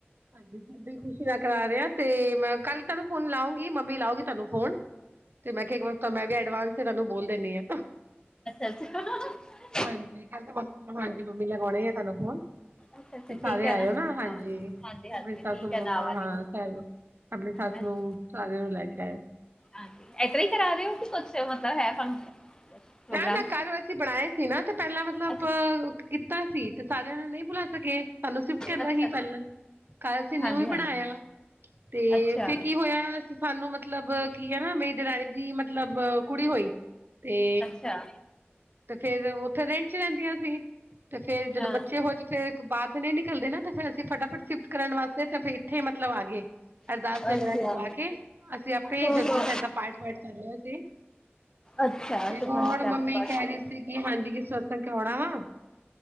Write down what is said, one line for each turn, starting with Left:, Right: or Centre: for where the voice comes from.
Right: ਹਾਂਜੀ ਬਿਲਕੁਲ ਖੁਸ਼ੀ ਦਾ ਕਰਾ ਰਿਆ ਤੇ ਮੈਂ ਕੱਲ ਤਾਨੂੰ ਫੋਨ ਲਾਉਂਗੀ, ਮੰਮੀ ਲਾਉਗੀ ਤਾਨੂੰ ਫੋਨ ਤੇ ਮੈਂ ਕੇਆ ਇੱਕ ਵਾਰ ਮੈਂ ਵੀ ਐਡਵਾਂਸ ਤੇ ਤਾਨੂੰ ਬੋਲ ਦੇਨੀ ਆ।
Left: ਅੱਛਾ-ਅੱਛਾ।
Right: ਹਾਂਜੀ ਕਲ ਤੇ ਮੰਮੀ ਹਾਂਜੀ ਮੰਮੀ ਲਗਾਉਨਾ ਈ ਏ ਤਾਨੂੰ ਫੋਨ
Left: ਅੱਛਾ ਅੱਛਾ
Right: ਸਾਰੇ
Left: ਠੀਕ ਹੈ
Right: ਆਏਓ ਨਾ ਹਾਂਜੀ,
Left: ਆਵਾਂਗੇ। ਹਾਂਜੀ ਹਾਂਜੀ
Right: ਅਪਨੇ ਸਾਸੂ
Left: ਠੀਕ ਹੈ
Right: ਮੰਮਾ
Left: ਤਾਂ ਆਵਾਂਗੇ
Right: ਹਾਂ ਸਬ ਅਪਨੀ ਸੱਸ
Left: ਹਾਂਜੀ
Right: ਨੂੰ ਸਾਰੇਆਂ ਨੂੰ ਲੈ ਕੇ ਆਏਓ।
Left: ਹਾਂਜੀ ਏਸਰਾਂ ਈ ਕਰਾ ਰਏ ੳ ਕਿ ਕੁਛ ਮਤਲਬ ਹੈ ਫੰਕਸ਼ਨ ਪ੍ਰੋਗਰਾਮ
Right: ਨਾ-ਨਾ ਘਰ ਵਸੀ ਬਨਾਏ ਸੀ ਨਾ ਤੇ ਪੈਲਾਂ ਮਤਲਬ,
Left: ਅੱਛਾ
Right: ਕੀਤਾ ਸੀ ਤੇ ਸਾਰੇਆਂ ਨੂੰ ਨਈ ਬੁਲਾ ਸਕੇ। ਸਾਨੂੰ ਸ਼ਿਫਟ ਕਰਨਾ
Left: ਅੱਛਾ
Right: ਸੀ
Left: ਅੱਛਾ
Right: ਪੈਲਾਂ, ਘਰ ਅਸੀ
Left: ਹਾਂਜੀ
Right: ਨਿਊ ਈ
Left: ਹਾਂਜੀ
Right: ਬਨਾਏਆ। ਤੇ
Left: ਅੱਛਾ
Right: ਫੇਰ ਕੀ ਹੋਏਆ ਸਾਨੂੰ ਮਤਲਬ ਕੀ ਐ ਨਾ ਮੇਰੀ ਦੇਰਾਨੀ ਦੀ ਮਤਲਬ ਕੁੜੀ ਹੋਈ ਤੇ
Left: ਅੱਛਾ
Right: ਤੇ ਫੇਰ ਓਥੇ ਰੈੰਟ ਚ ਰੈਂਦੀਆਂ ਸੀ ਤੇ ਫੇਰ ਜਦੋਂ
Left: ਹਾਂ
Right: ਬੱਚੇ ਹੋਏ ਤੇ ਫੇਰ ਬਾਹਰ ਤੇ ਨਈ ਨਿਕਲਦੇ ਨਾ, ਤੇ ਫੇਰ ਅਸੀ ਫਟਾਫਟ ਸਿਫਟ ਕਰਨ ਵਾਸਤੇ ਤੇ ਫੇਰ ਏਥੇ ਮਤਲਬ ਆ ਗਏ। ਅਰਦਾਸ ਵਗੈਰਾ
Left: ਅੱਛਾ
Right: ਕਰਵਾ ਕੇ, ਅਸੀ ਆਪੇ
Left: ਹੋ
Right: ਜਪਜੀ
Left: ਹੋ
Right: ਸਾਹਿਬ ਦਾ ਪਾਠ ਵਾਠ ਕਰ ਲਿਆ ਸੀ
Left: ਅੱਛਾ
Right: ਤੇ
Left: ਸੁਖਮਨੀ
Right: ਹੋਨ
Left: ਸਾਹਿਬ
Right: ਮੰਮੀ
Left: ਪਾਠ
Right: ਕੈ ਰੀ ਸੀ, ਕਿ ਹਾਂਜੀ ਕਿ ਸਤਸੰਗ ਕਰਵਾਨਾ ਵਾ।